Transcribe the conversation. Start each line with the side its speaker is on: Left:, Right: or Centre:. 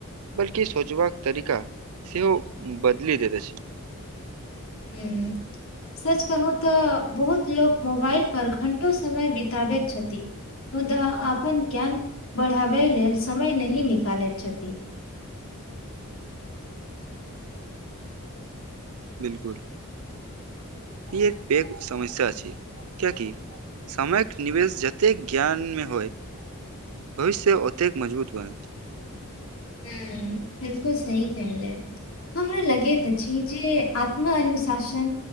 Right: बल्कि सोचबा कऽ तरीका सेहो बदलि दैत अछि।
Left: हू। सच कहू तऽ बहुत लोक मोबाइल पर घण्टो समय बितबैत छथिन। मुदा अपन ज्ञान बढ़ाबै लेलऽ समय नहि निकालैत छथि।
Right: बिल्कूल ई एक पैघ समस्या अछि कएकि समयके निवेश जतेक ज्ञान मे होइ भविष्य ओते कऽ मजबूत बनत।
Left: हू बिल्कुल सही कहलिए। हमरा लगैत अछि जे आत्म अनुशासन।